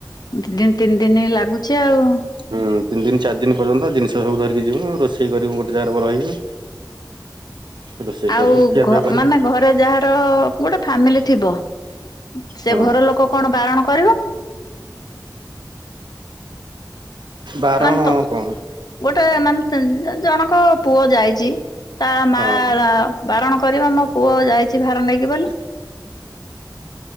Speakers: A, on the left (about 60°); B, on the right (about 85°).
A: ଦି ଦିନ ତିନି ଦିନ ଲାଗୁଛି ଆଉ
B: ହୁଁ ତିନି ଦିନ ଚାରି ଦିନ ପର୍ଯ୍ୟନ୍ତ ଜିନିଷ ସବୁ ଧରିକି ଯିବୁ ରୋଷେଇ କରିବୁ ଗୋଟେ ଜାଗାରେ ରହିବୁ। ରୋଷେଇ
A: ଆଉ
B: କରିକି ଖିଆପିଆ କରିବୁ
A: ମାନେ ଘରେ ଯାହା ଗୋଟେ ଫାମିଲି ଥିବ ସେ
B: ହଁ
A: ଘର ଲୋକ କଣ ବାରଣ କରିବ।
B: ବାରଣ
A: ମାନେ ତ
B: କଣ?
A: ଗୋଟେ ମାନେ ଜଣଙ୍କ ପୁଅ ଯାଇଛି ତା ମା
B: ହଁ
A: ବାରଣ କରିବ ମୋ ପୁଅ ଯାଇଛି ଭାର ନେଇକି ବୋଲି
B: ହ